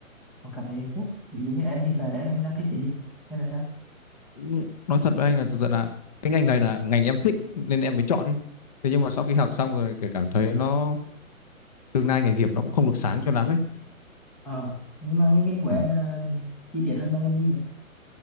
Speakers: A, in the centre; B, on the left (about 30°).
A: họ cảm thấy hạnh phúc ví dụ như em hiện tại là em, em đang thích cái gì hay là sao
B: Cũng Nói thật với anh là thật sự là cái ngành này là ngành em thích nên em mới chọn đi. Thế nhưng mà sau khi học xong rồi cái cảm thấy nó tương lai nghề nghiệp nó cũng không được sáng cho lắm ấy
A: ờ nhưng mà cái ngành của
B: Ừ.
A: em là chi tiết hơn là ngành gì vậy